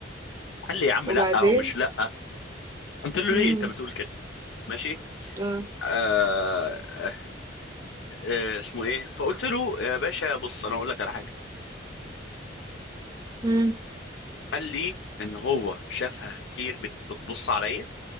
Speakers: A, on the left; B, on the right.
A: قال لي يا عم
B: وبعدين
A: لا هو مش لا قلت له
B: امم
A: ليه انت بتقول كده ماشي
B: اه
A: آه آه آه، اسمه ايه فقلت له يا باشا بص انا اقول لك على حاجه
B: امم
A: قال لي ان هو شافها كتير بت- بتبص عليا